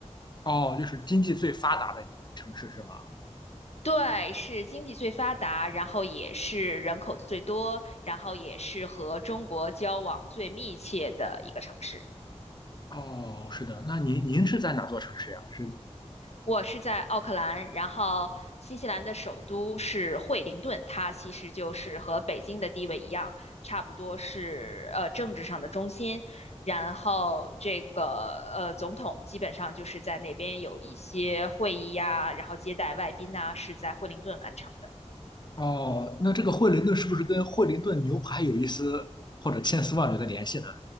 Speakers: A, on the left (about 40°); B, on the left (about 65°).
A: 哦，就是经济最发达的一个城市是吗？
B: 对，是经济最发达，然后也是人口最多，然后也是和中国交往最密切的一个城市。
A: 哦，是的，那您您是在哪座城市呀？是
B: 我是在奥克兰，然后新西兰的首都是惠灵顿，它其实就是和北京的地位一样，差不多是呃政治上的中心。然后这个呃总统基本上就是在那边有一些会议呀，然后接待外宾呐，是在惠灵顿完成。的。
A: 哦，那这个惠灵顿是不是跟惠灵顿牛排有一丝或者千丝万缕的联系呢？